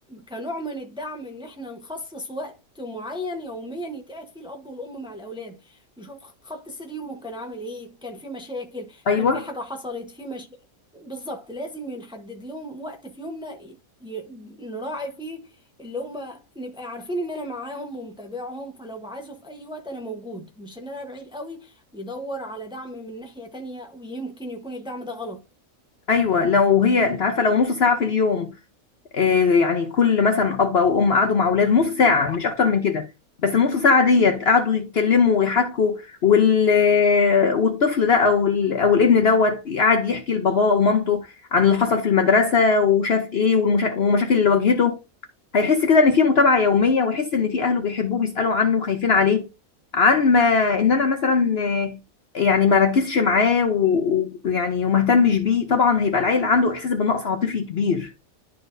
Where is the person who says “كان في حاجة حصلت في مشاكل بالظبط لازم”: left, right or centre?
Centre